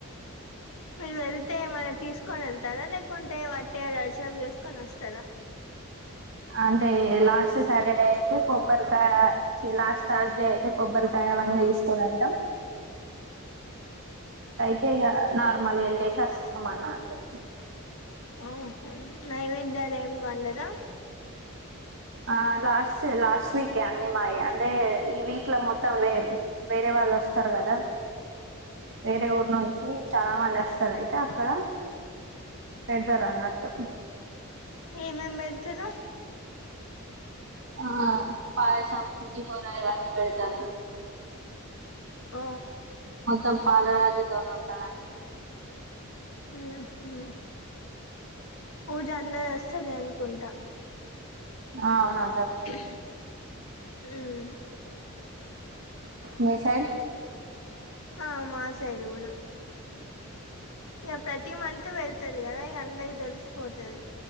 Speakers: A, on the left; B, on the right.
A: మీరు వెళ్తే ఏమైన తీసుకొని వెళ్తారా లేకుంటే వట్టి గా రసం చేసుకొని వస్తారా
B: అంటే లాస్ట్ సాటర్డే అయితే కొబ్బరికాయ చి లాస్ట్ థర్స్డే అయితే కొబ్బరికాయ అవన్నీ తీసుకొని వెళ్తాం అంతే కదా నార్మల్ గా వెళ్ళేసి వస్తామన్నట్టు
A: మ్మ్ హు నైవేద్యాలు ఏం వండరా
B: ఆ లాస్ లాస్ట్ వీకే అన్నీ మాయి అంటే ఈ వీక్ లో మొత్తం వేర్ వేరే వాళ్ళు వస్తారు కదా వేరే ఊరు నుంచి చాలా మంది వస్తారు అయితే క్కడ పెడతారా అన్నటు
A: ఏమేమ్ పెడ్తారు
B: ఆ పాయ్ సం పులిహోర ఇవన్నీ పెడ్ <unintelligible>
A: ఓ
B: మొత్తం పాలరాతితో ఉంటదనట్టు
A: మ్మ్ హు పూజ అందరు వస్తాదనుకుంటా
B: అవునా
A: హుమ్మ్
B: మీ సైడ్
A: ఆ మా సైడ్ గుడా ఇక ప్రతి మంత్ వెళ్తుది కదా ఇక అందరికి తెలిసిపోతది